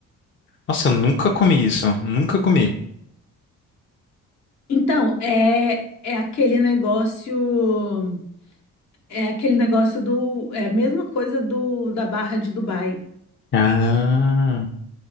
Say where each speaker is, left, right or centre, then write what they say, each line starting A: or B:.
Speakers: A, on the left; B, on the left.
A: nossa, eu nunca comi isso, nunca comi.
B: Então, é, é aquele negócio. É aquele negócio do. É a mesma coisa do da barra de Dubai,
A: Ah,